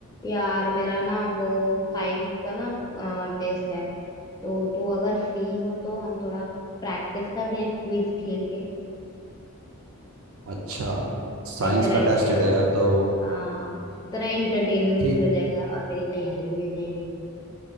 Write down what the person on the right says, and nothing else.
अच्छा साइंस
का
टेस्ट है
तेरा तो
ठीक